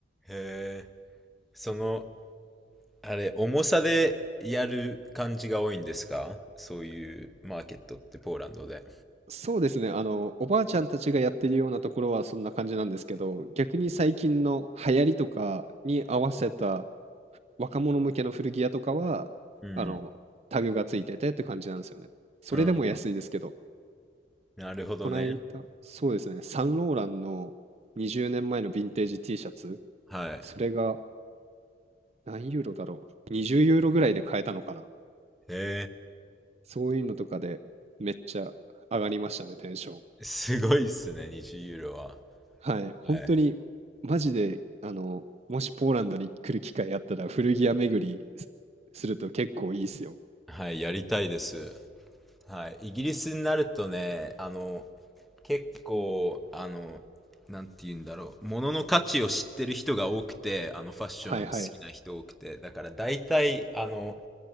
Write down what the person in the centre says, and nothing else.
へえ。その、あれ、重さでやる感じが多いんですかそういうマーケットってポーランドで。
うん。
うん。なるほどね。
はい。
へ
え。すごいっすね、20ユーロは。
はい。
はい、やりたいです。はい、イギリスになるとね、あの、結構、あの、なんて言うんだろう、物の価値を知ってる人が多くて、あの、ファッション好きな人多くて、
だから大体、あの、